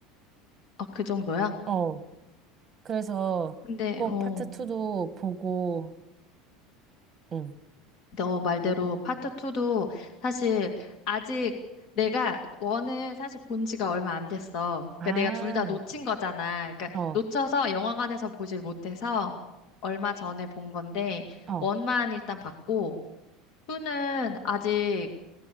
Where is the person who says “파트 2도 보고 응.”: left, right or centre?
Right